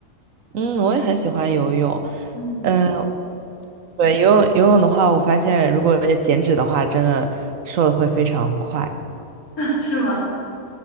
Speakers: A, on the right (about 65°); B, on the left (about 80°).
A: 嗯，我也很喜欢游泳。
B: 嗯，
A: 嗯，对，游泳游泳的话，我发现如果减脂的话，真的瘦的会非常快。
B: <laughs> 是吗？